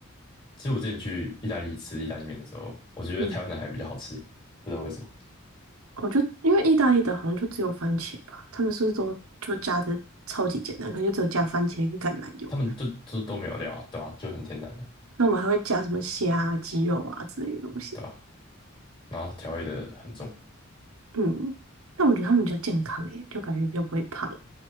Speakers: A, on the left; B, on the right.
A: 其实我之前去意大利吃意大利面的时候，我觉得台湾的还比较好吃，
B: 嗯。
A: 不知道为什么。
B: 我就因为意大利的好像就只有番茄吧，他们是不是都就加的超级简单，可能就只有加番茄跟橄榄油。
A: 他们就就都没有料啊，对啊，就很天然的，
B: 那我们还会加什么虾啊、鸡肉啊之类的东西。
A: 对啊。然后调味的很重，
B: 嗯，但我觉得他们比较健康诶，就感觉比较不会胖，